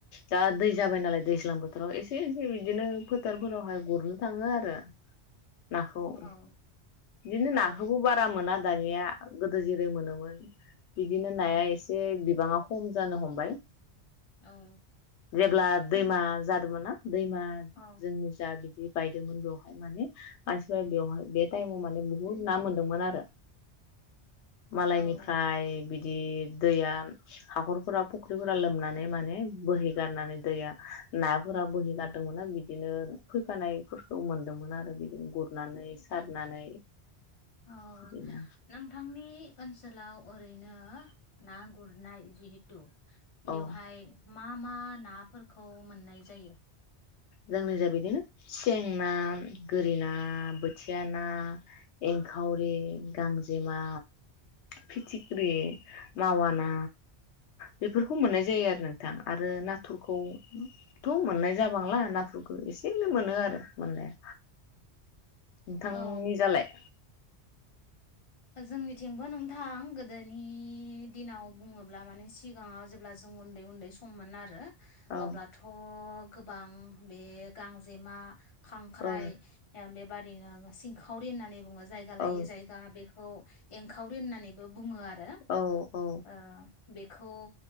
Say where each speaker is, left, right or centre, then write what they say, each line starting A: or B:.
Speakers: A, on the left; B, on the left.
A: दा दै जाबाय नालाय दैज्लां बोथोराव एसे एसे बिदिनो फोथारफोरावहाय गुरनो थाङो आरो। नाखौ
B: औ
A: बिदिनो
B: औ
A: नाखौबो बारा मोना दानिया गोदो जेरै मोनोमोन बिदिनो नाया
B: औ
A: एसे बिबाङा खम जानो हमबाय
B: औ
A: जेब्ला दैमा
B: नोंथां
A: जादोंमोन ना दैमा जोंनि
B: औ
A: जा बि जि बायदोंमोन बेवहाय माने मानसिफोरा बेवहाय बे <unintelligible> बुहुत ना मोनदोंमोन आरो मालायनिफ्राय
B: औ
A: बि बिदि दैया हाखरफोरा फुख्रिफोरा लोमनानै माने बोहैगारनानै दैया नाफोरा बोहैगारदोंमोना बिदिनो फैफानायफोरखौ मोनदोंमोन आरो बिदिनो गुरनानै सारनानै
B: औ
A: बिदिनो
B: नोंथांनि ओनसोलाव ओरैनो ना गुरनाय जिहेथु बेवहाय
A: औ
B: मा मा नाफोरखौ मोननाय जायो
A: जोंनि जा बिदिनो सें ना गोरि ना बोथिया ना एंखावरि गांजेमा फिथिख्रि मावा ना बेफोरखौ मोननाय जायो आरो नोंथां आरो नाथुरखौथ मोननाय जाबांला नाथुरखौ एसेनो मोनो आरो मोननाया नोंथांनि
B: औ
A: जालाय
B: जोंनिथिंबो नोंथां गोदोनि दिनाव बुङोब्ला माने सिगाङाव जेब्ला जों उन्दै उन्दै सममोन आरो
A: औ
B: अब्लाथ गोबां बे गांजेमा खांख्राइ
A: औ
B: बेबादि बिनो आरो सिंखावरि होननानै बुङो जों जायगा
A: औ
B: लायै जायगा बे औ एंखावरि होननानैबो बुङो आरो
A: औ औ
B: ओ बेखौ